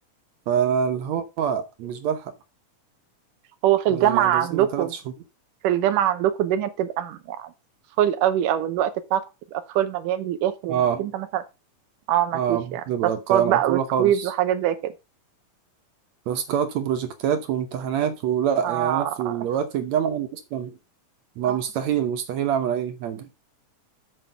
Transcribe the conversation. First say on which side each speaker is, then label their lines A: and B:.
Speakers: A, on the right (about 70°); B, on the right (about 85°).
A: فاللي هو مش بلحق
B: هو في الجامعه
A: يعني اجازتنا
B: عندكم
A: ثلاث شهور
B: في الجامعه عندكم الدنيا بتبقى م- يعني فول قوي او الوقت بتاعكم بيبقى فول مليان للاخر
A: اه
B: انك انت مثلا اه ما
A: اه
B: فيش يعني
A: بتبقى
B: تاسكات
A: بتبقى
B: بقى
A: مقفوله
B: وكويز
A: خالص
B: وحاجات زي كده
A: تاسكات وبروجكتات وامتحانات ولا
B: اه
A: يعني انا في الوقت الجامعه انا اصلا ما
B: اه
A: مستحيل مستحيل اعمل اي حاجه